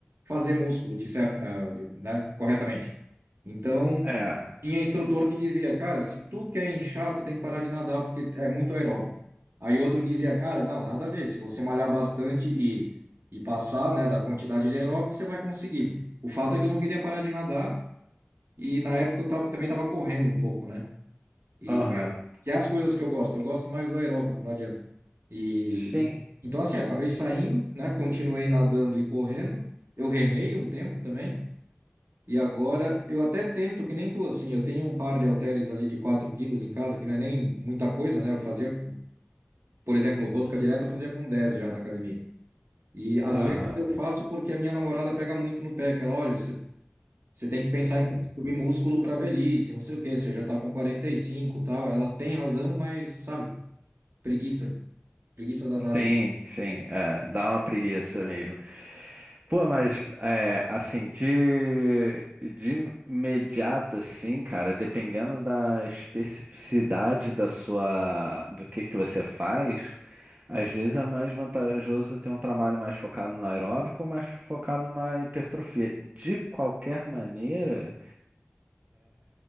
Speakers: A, on the right (about 80°); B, on the right (about 40°).
A: fazer músculo de certo, ah, de- né, corretamente. Então,
B: É,
A: tinha instrutor que dizia, cara, se tu quer inchar, tu tem que parar de nadar porque é muito aeróbio. Aí outro dizia, cara, não, nada a ver. Se você malhar bastante e, e passar, né, da quantidade de aeróbico, você vai conseguir. O fato é que eu não queria parar de nadar. E na época eu tava- também estava correndo um pouco, né? E
B: aham.
A: cara, que é as coisas que eu gosto, eu gosto mais do aeróbico, não adianta. E
B: Sim,
A: então assim, acabei saindo, né? Continuei nadando e correndo. Eu remei um tempo também. E agora eu até tento, que nem tu, assim, eu tenho um par de halteres ali de 4 quilos em casa, que não é nem muita coisa, né? Eu fazia, por exemplo, rosca direta eu fazia com 10 já na academia. E às
B: aham.
A: vezes eu faço porque a minha namorada pega muito no pé, que ela, olha, você Você tem que pensar em construir músculo para velhice, não sei o quê, você já está com 45 e cinco, e tal. Ela tem razão, mas, sabe, preguiça, preguiça danada.
B: Sim, sim, é, dá uma preguiça mesmo. Pô, mas é, assim, de, de imediato, assim, cara, dependendo da especificidade da sua, do que que você faz, às vezes é mais vantajoso ter um trabalho mais focado no aeróbico ou mais focado na hipertrofia. De qualquer maneira,